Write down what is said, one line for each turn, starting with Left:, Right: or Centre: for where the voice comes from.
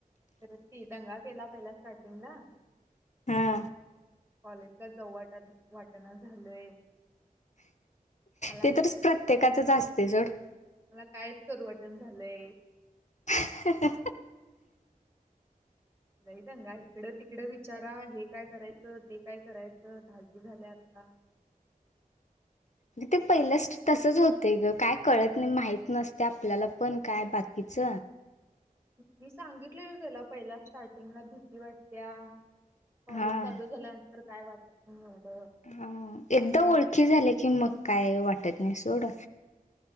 Right: ु ती दंगा केला पहिला स्टार्टिंगला
Left: हा
Right: कॉलेजचा चवट वाटण झालंय मला
Left: ते तरच प्रत्येकाच जास्त तेसड
Right: मला कायच करवटन झालंय
Left: ह
Right: नाहींगा इकड तिकडं विचारा हे काय करायचं ते काय करायचं धागे झाले आता
Left: ते पहिलंच तसच होत ग काय कळत नाही माहत नसते आपल्याला पण काय बाकीच
Right: मी सांगितलेल त्याला पहिला स्टार्टिंगला भीती वाटते्या कॉलेज
Left: हा
Right: चालू झाल्यानंतर काय वाटत एवढं.
Left: हा एकदाम ओळखी झाले की मग काय वाटत नाही सोड